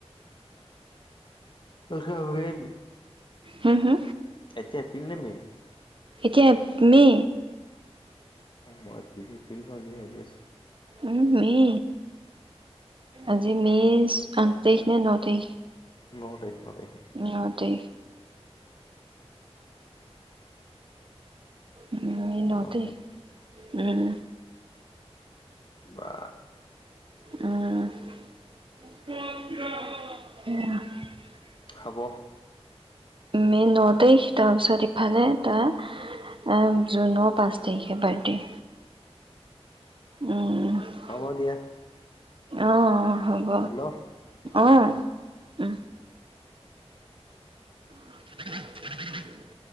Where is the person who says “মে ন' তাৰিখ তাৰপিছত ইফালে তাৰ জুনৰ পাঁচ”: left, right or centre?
Right